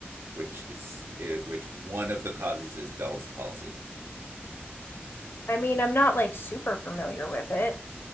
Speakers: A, on the right; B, on the left.
A: which is eh, which one of the causes is Bell's palsy?
B: I mean, I'm not like super familiar with it.